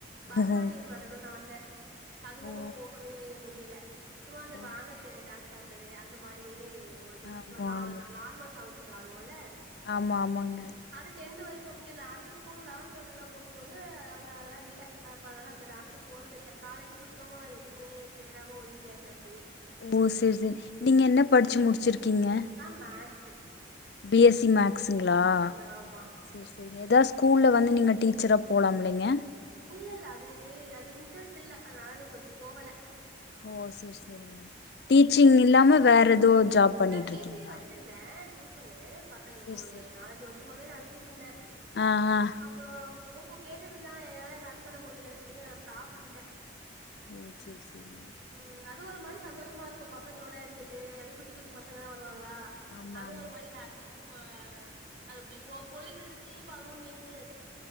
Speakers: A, on the right; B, on the left.
A: பரதநாட்டியம்
B: ம்
A: ஆடணும்னு ஆச அதுவு
B: ஓ
A: போகவே முடியல சும்மா அந்த
B: ஓ
A: ஆனுவல் டேல டான்ஸ் ஆட்றது அந்தமாரியே முடிஞ்சிருச்சு
B: ஆமா
A: சோ
B: ஆமா
A: நா நார்மல் சாங்ஸ்கு ஆடுவோல
B: ஆமா ஆமாங்க
A: அது டென்த் வரைக்கு இங்க இல்ல அடுத்த ஸ்கூல் லவந்த் டொல்த்க்ளா போகு போது அங்க அதெல்லா இல்ல அப்ப அதனால அந்த டான்சு போறதில்ல காலேஜு சுத்தமா எதுக்குமே சேராம ஒதுங்கியாச்சு அப்டியே
B: ஓ சேரி சேரி நீங்க என்ன படிச்சு முடிச்சிருக்கீங்க
A: நா மேக்ஸ்சு
B: பி எஸ் சி மேக்ஸ்சுங்ளா
A: ஆமா
B: சேர் சேரிங்க ஏதாவது ஸ்கூல்ல வந்து நீங்க டீச்சரா போலாம்ல்லைங்க
A: இல்ல இல்ல அது இது அது இன்ட்ரெஸ்ட் இல்ல அதனால அதுக்கு வந்து போகல
B: ஓ சேர் சேரிங்க டீச்சிங் இல்லாம வேற ஏதோ ஜாப் பண்ணிட்டு
A: நா வீட்லே
B: இருக்கீங்களா
A: வச்சிருந்தே டியூஷன்னு பசங்களுக்கு
B: சேரி
A: ஒரு
B: சேரி
A: நாலஞ்சு வர்ஷமாவே நடத்திட்டு இருந்தே
B: ஆ ஆ
A: அப்றோ <unintelligible> இருந்தாங்க என்னால ரன் பண்ண முடியலன்ன சொல்லிட்டு நா ஸ்டாப் பண்ணிட்டே
B: ஓ சேர் சேரிங்க
A: ம் அது ஒரு மாரி சந்தோஷமா இருக்கு பசங்களோட இருந்துட்டு அது குட்டி குட்டி பசங்களா வருவாங்ளா
B: ஆமா
A: அது
B: ஆமா
A: ஒரு மாரி ஹாப்பி போ ஆ அது அப்டி போ போயிட்டு இருந்துச்சு இப்ப அதுவு நிறித்தியாச்சு